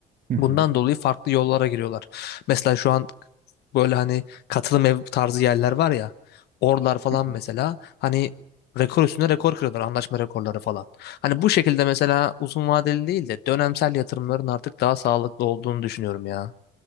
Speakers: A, on the right; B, on the left.
A: Hı hı.
B: Bundan dolayı farklı yollara giriyorlar. Mesela şu an böyle hani katılım ev tarzı yerler var ya. Oralar falan
A: Hı hı.
B: mesela hani rekor üstüne rekor kırıyorlar anlaşma rekorları falan. Hani bu şekilde mesela uzun vadeli değil de dönemsel yatırımların artık daha sağlıklı olduğunu düşünüyorum ya.